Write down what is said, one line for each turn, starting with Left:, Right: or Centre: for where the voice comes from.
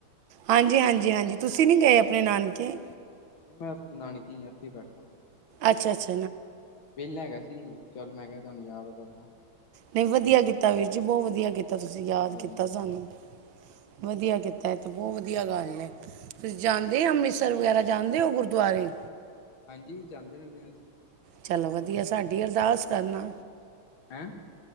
Right: ਹਾਂਜੀ ਹਾਂਜੀ ਹਾਂਜੀ। ਤੁਸੀ ਨੀ ਗਏ ਅਪਣੇ ਨਾਨਕੇ।
Left: ਨਈ ਮੈਂ ਨਾਨਕੀ ਇੱਥੇ ਬੈਠਾ।
Right: ਅੱਛਾ ਅਛ।
Left: ਵੇਲਾ ਹੈਗਾ ਸੀ ਚੱਲ ਮੈਂ ਕਿਹਾ ਤੁਹਾਨੂੰ ਯਾਦ ਕਰਨਾ।
Right: ਨਈ ਵਧੀਆ ਕੀਤਾ ਵੀਰ ਜੀ ਬੋ ਵਧੀਆ ਕੀਤਾ ਤੁਸੀ
Left: ਹਾਂਜੀ
Right: ਯਾਦ ਕੀਤਾ
Left: ਹਾਂਜੀ
Right: ਸਾਨੂੰ ਵਧੀਆ ਕੀਤਾ। ਐ ਤੇ ਬੋ ਵਧੀਆ ਗੱਲ ਐ। ਤੁਸੀ
Left: ਧੰਨਵਾਦ
Right: ਜਾਂਦੇ ਅੰਮ੍ਰਿਤਸਰ ਵਗੈਰਾ? ਜਾਂਦੇ ਹੋ ਗੁਰਦੁਆਰੇ
Left: ਹਾਂਜੀ ਜਾਂਦੇ ਰਹਿੰਦੇ ਹਾਂ ਅਸੀਂ
Right: ਚਲੋ ਵਧੀਆ ਸਾਡੀ ਅਰਦਾਸ ਕਰਨਾ
Left: ਹੈਂ